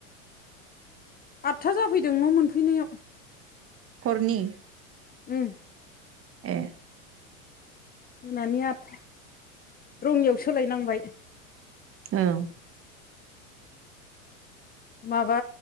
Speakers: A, on the left; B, on the right.
A: आदथा जाफैदों न' मोनफैनायाव।
B: हरनि?
A: उओ।
B: ए-
A: मोनानि आदथा रङियाव सोलायनांबाय
B: औ-
A: माबा